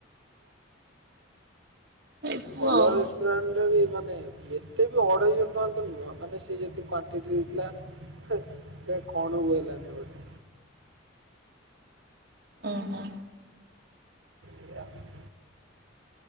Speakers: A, on the right; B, on the right.
A: ହେଇଥିବ
B: ଭଲରେ
A: ଆଉ
B: ପ୍ଲେନେଟା ବି ମାନେ ଏତେ ବି ଅଢେଇଶ ଟଙ୍କା ତ ନୁହଁ। ମାନେ ସେ ଯେତିକି କ୍ୱାଣ୍ଟିଟି ଦେଇଥିଲା ଛେ ସେ କଣକୁ ହେଲାନି ଗୋଟେ।
A: ଓହୋ।
B: <inaudible>